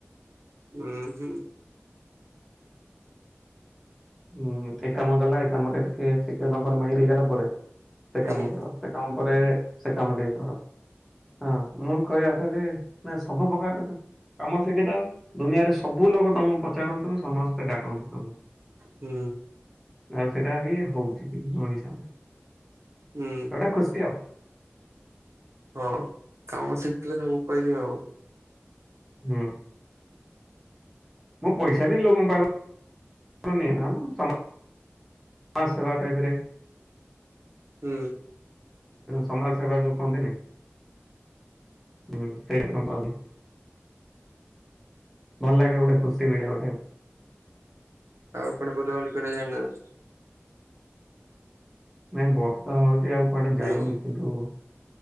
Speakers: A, on the right; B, in the centre.
A: ଉହୁଁ।
B: ହୁଁ ଏ କାମ ଗଲା ଏ କାମରେ ଟିକେ ଶିଖିଗଲା ପରେ ମାହିର ହେଇଗଲା ପରେ ସେ
A: ଆଜ୍ଞା
B: କାମ କର। ସେ କାମ ପରେ ସେ କାମ ଟିକେ କର। ହଁ ମୁଁ କହିବା କଥାଯେ ନା ସବୁ ପ୍ରକାର କାମ ଶିଖିଥାଅ ଦୁନିଆରେ ସବୁ ଲୋକ ତମକୁ ପଚାରନ୍ତୁ ସମସ୍ତେ ଡାକନ୍ତୁ ତମକୁ।
A: ହୁଁ।
B: ଆଉ ସେଟା ବି ହଉଛି ଠିକ ମୋ ହିସାବରେ
A: ହୁଁ
B: ଏଟା ଖୁସି ଆଉ।
A: ହଁ କାମ ଶିଖିଥିଲେ ସବୁ କହିବେ ଆଉ।
B: ହୁଁ। ମୁଁ ପଇସା ବି ଲୋକଙ୍କ ପାଖରୁ ନିଏନା <inaudible> ସମାଜ ସେବା ଟାଇପରେ।
A: ହୁଁ।
B: ସମାଜ ସେବା ଯୋଉ କହନ୍ତିନି ହୁଁ <unintelligible> କରିଦିଏ। ଭଲ ଲାଗେ ଗୋଟେ ଖୁସି ମିଳେ ଗୋଟେ ଆଉ।
A: ଆଉ କୁଆଡେ ବୁଲାବୁଲି କରିବାକୁ ଯାଇନାହାଁନ୍ତି?
B: ନାଇଁ ବର୍ଷା ହଉଛି ଆଉ କୁଆଡେ ଯାଇନି।
A: ହ୍ୟାଲୋ
B: କିନ୍ତୁ